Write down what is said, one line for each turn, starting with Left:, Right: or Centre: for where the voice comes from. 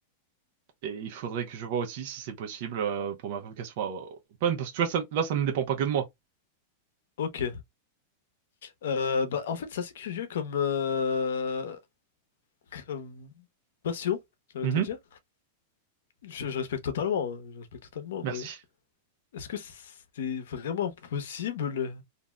Right: Et il faudrait que je vois aussi si c'est possible euh, pour ma femme qu'elle soit euh, open. Parce que tu vois, ça- là, ça ne dépend pas que de moi.
Left: Ok. Euh, bah, en fait, c'est assez curieux comme... euh, Comme... Passion, j'allais
Right: Mhm.
Left: te dire. Je, je respecte totalement, hein, je respecte totalement,
Right: Merci.
Left: mais est-ce que c'est vraiment possible